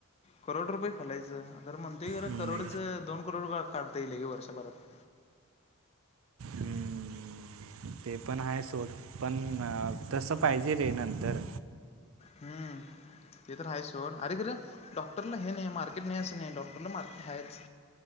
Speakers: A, on the left; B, on the right.
A: करोड रुपये घालायचं खरं म्हणतेय क
B: हम्म,
A: करोडचं दोन करोड काढता येईल की वर्षभरात
B: हम्म ते पण आहे सोड पण तस पाहिजे रे नंतर
A: हम् ते तर हाय सोड अरे खरं डॉक्टरला हे नाही मार र्केट नाही असं नाही डॉक्टरला मार्केट हायच